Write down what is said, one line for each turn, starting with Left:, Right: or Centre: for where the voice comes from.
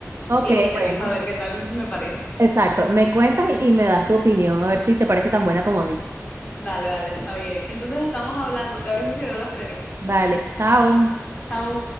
Right: Ok,
Left: Y te
Right: bueno.
Left: aviso a ver qué tal me parece.
Right: Exacto. Me cuentas y y me das tu opinión, a ver si te parece tan buena como a mí.
Left: Dale, dale, está bien. Entonces estamos hablando, te aviso si veo la serie.
Right: Vale, chao.
Left: Chao.